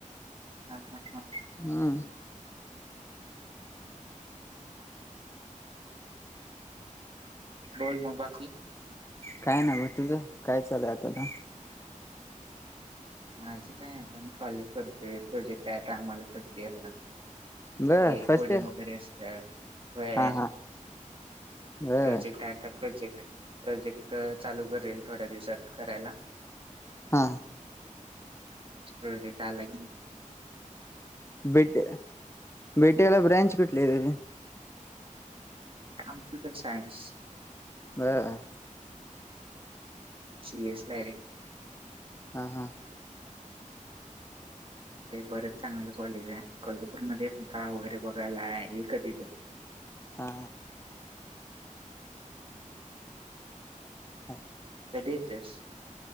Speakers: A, on the right (about 40°); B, on the left (about 20°).
A: हा हा हा
B: हम्म,
A: बोल मग बाकी.
B: काय ना ग तुझं काय चालय आता?
A: माझं काय आता मी कॉलेज करतोय. प्रोजेक्ट आहे, आम्हाला फर्स्ट इयर ला.
B: बर
A: ते
B: फर्स्ट
A: कोडिंग
B: इयर
A: वगैरे असतात. वह्या
B: हा हा बर
A: प्रोजेक्ट आता प्रोजेक्ट प्रोजेक्ट चालू करेल थोड्या दिवसात करायला.
B: हा
A: प्रोजेक्ट आलाय.
B: बेट बेटेला ब्रांच कुठली आहे का रे?
A: कम्प्युटर सायन्स
B: बरं,
A: सी एस ला हायरे.
B: हा हा
A: बरेच चांगले कॉलेज आहे. कोल्हापूरमध्ये का वगैरे बघायला आहे हे कधी तर.
B: हा ह
A: कधी येतोयस?